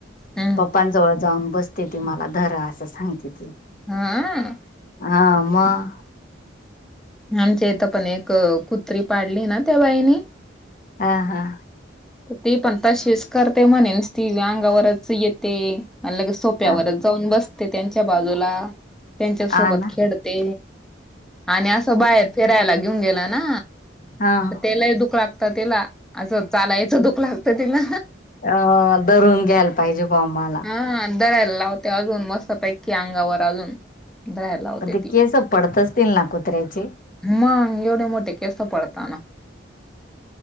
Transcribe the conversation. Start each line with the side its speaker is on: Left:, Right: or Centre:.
Centre: हम्म,
Left: पप्पांजवळ जाऊन बसते ती मला धरा असं सांगते ती.
Centre: हा आ.
Left: हा, मग.
Centre: आमच्या इथ पण एक कुत्री पाळली ना त्या बाईनी.
Left: हां हां
Centre: ती पण तशीच करते म्हणे निसती अंगावरच येते आणि लगेच सोप्यावरच
Left: हा
Centre: जाऊन बसते त्यांच्या बाजूला. त्यांच्या सोबत
Left: आ ना
Centre: खेळते आणि अस बाहेर फिरायला घेऊन गेला ना
Left: हां
Centre: ते लय दुख लागत तीला अस चालाय <unintelligible> दुख लागत तिला
Left: अ धरून घ्यायला पाहिजे बा मला
Centre: हां धरायला लावते अजून मस्तपैकी अंगावर अजून धरायला. लावते
Left: पण ते
Centre: ती
Left: केस पडत असतील ना कुत्र्याचे.
Centre: मग एवढे मोठे केस पडताना.